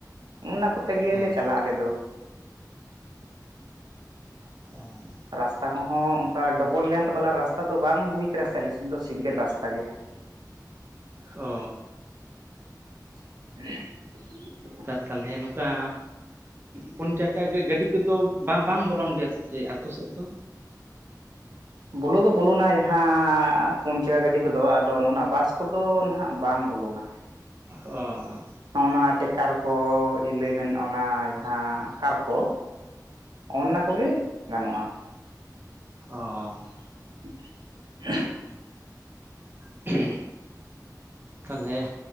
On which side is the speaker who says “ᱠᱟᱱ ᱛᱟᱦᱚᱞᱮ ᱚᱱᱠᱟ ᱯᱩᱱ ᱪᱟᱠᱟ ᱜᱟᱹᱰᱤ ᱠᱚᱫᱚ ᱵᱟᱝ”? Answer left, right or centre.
Right